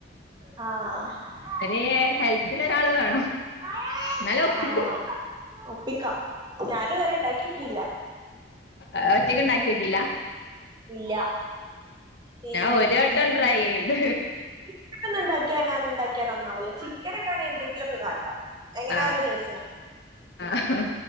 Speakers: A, on the right; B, on the left.
A: ആഹ്
B: ഏ ഹെൽപ്പിന് ഒരാള് വേണം
A: ആഹ
B: എന്നാലും ഒപ്പിക്കും
A: ഒപ്പിക്കാം ഞാനും തരെ ഉണ്ടാക്കി നോക്കിയില്ല
B: ആഹ ഒറ്റക്കുണ്ടാക്കിയിട്ടില്ല
A: ഇല്ല <unintelligible>
B: ഞാൻ ഒരു വട്ടം ട്രൈ ചെയ്ത്
A: ഒറ്റയ്ക്ക് ഉണ്ടാക്കിയണ്ടാക്കിയ നന്നാവൂല ചിക്കന് ഒക്കെ ആണെങ്കി എന്തങ്കിലുമൊക്കെ കാട്ടാം എങ്ങനാലും
B: ആഹ്
A: ടേസ്റ്റ്
B: ആഹ്